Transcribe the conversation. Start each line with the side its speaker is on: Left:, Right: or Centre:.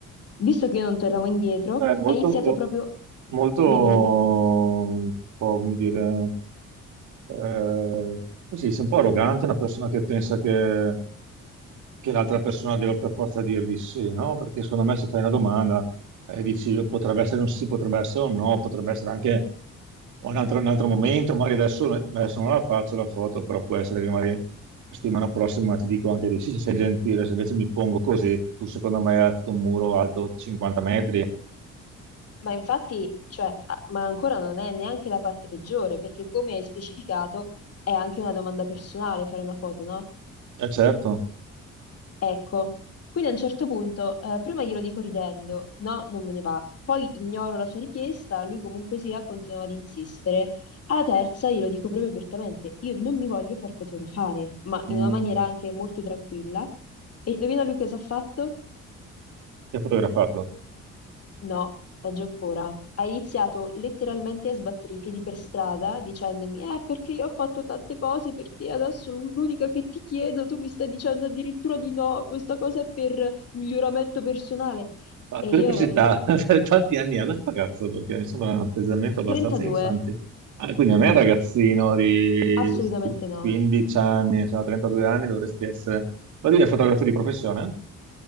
Left: Visto che io non tornavo indietro,
Right: È molto,
Left: ha iniziato proprio...
Right: molto,
Left: Dimmi,
Right: un
Left: dimmi.
Right: po' come dire, eh, così, sei un po' arrogante, una persona che pensa che che l'altra persona deve per forza dirvi sì, no? Perché secondo me se fai una domanda e dici potrebbe essere un sì, potrebbe essere un no, potrebbe essere anche un altro, un altro momento, magari adesso, no, adesso non la faccio la foto, però può essere che magari la settimana prossima ti dico anche di sì, se sei gentile, se invece mi pongo così, tu secondo me hai alzato un muro alto 50 metri.
Left: Ma infatti, cioè, a- ma ancora non è neanche la parte peggiore, perché come hai specificato, è anche una domanda personale fare una foto, no?
Right: Eh certo,
Left: Ecco, quindi a un certo punto, eh, prima glielo dico ridendo, no, non me ne va. Poi ignoro la sua richiesta, lui comunque sia, continua ad insistere. Alla terza glielo dico proprio apertamente, io non mi voglio far fotografare, ma in
Right: Mm,
Left: una maniera anche molto tranquilla. E indovina lui cosa ha fatto?
Right: ti ha fotografato.
Left: No, peggio ancora. Ha iniziato letteralmente a sbattere i piedi per strada dicendomi: Eh, perché io ho fatto tante cose per te, adesso l'unica che ti chiedo, tu mi stai dicendo addirittura di no, questa cosa è per miglioramento personale.
Right: Ma
Left: E
Right: curiosità,
Left: io ero lì,
Right: <laughs> per quanti anni ha questo ragazzo? Perché mi sembra un atteggiamento abbastanza
Left: 32,
Right: infantile. Ah, quindi non è un ragazzino di
Left: assolutamente no,
Right: 15 anni, insomma, 32 anni dovresti essere. Ma lui è fotografo di professione?